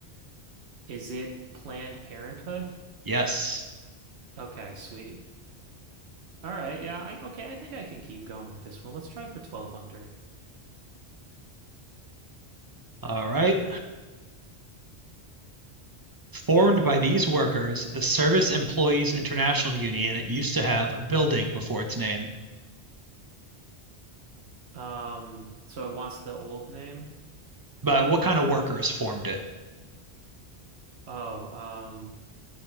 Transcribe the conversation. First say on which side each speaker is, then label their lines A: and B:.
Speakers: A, on the right; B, on the right.
A: is it Planned Parenthood?
B: Yes.
A: Okay, sweet. All right, yeah, I okay, I think I can keep going with this one. Let's try for 1200.
B: All right. Formed by these workers, the Service Employees International Union used to have a building before its name.
A: Um, so it wants the old name.
B: But what kind of workers formed it?
A: Oh, um,